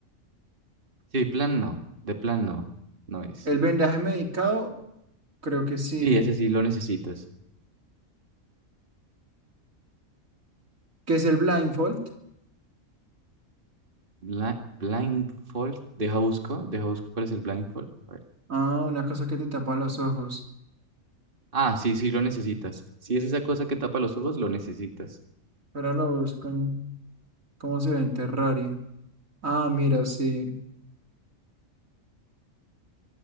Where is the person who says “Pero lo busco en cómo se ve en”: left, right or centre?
Right